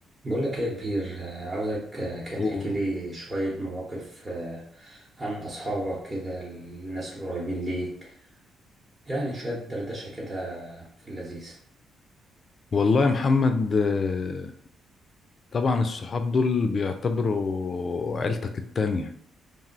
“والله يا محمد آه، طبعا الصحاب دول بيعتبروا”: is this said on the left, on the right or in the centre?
Left